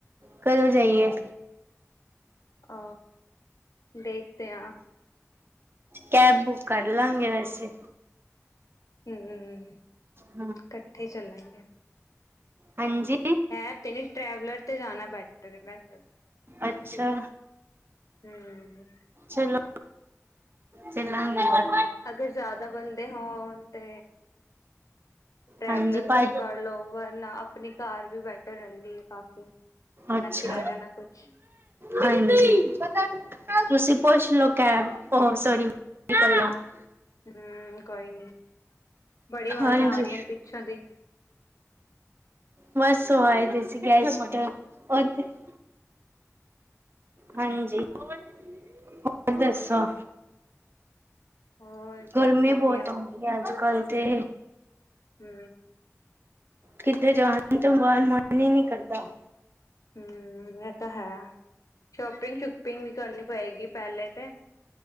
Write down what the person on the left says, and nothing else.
ਅ, ਦੇਖਤੇ ਆਂ।
ਹਂ,
ਕੱਠੇ ਚੱਲਾਂਗੇ।
ਕੈਬ ਤੇ ਨੀਂ, ਟਰੈਵਲਰ ਤੇ ਜਾਣਾ ਬੈਟਰ ਹੈਗਾ ਐ।
ਹਂ।
ਅਗਰ ਜ਼ਿਆਦਾ ਬੰਦੇ ਹੋਣ ਤੇ ਟਰੈਵਲਰ
ਕ ਕਰ ਲੋ, ਵਰਨਾ ਆਪਣੀ ਕਾਰ ਵੀ ਬੈਟਰ ਰੈਂਦੀ ਐ ਕਾਫੀ।
ਨਾ ਕਿਰਾਇਆ, ਨਾ ਕੁਛ।
ਹੂੰ ਕੋਈ ਨੀ, ਬੜੀ ਅਵਾਜ਼ਾਂ
ਆ ਰੀਆਂ ਨੇ ਪਿੱਛੋਂ ਦੀ।
ਅੱਛਾ
ਹੋਰ
ਬਸ ਵਧੀਆ
ਹੂੰ।
ਹੂੰ, ਐ ਤਾਂ ਹੈ। ਸ਼ੋਪਿੰਗ-ਸ਼ੁਪਿੰਗ ਵੀ ਕਰਨੀ ਪਏਗੀ, ਪਹਿਲੇ ਤੇ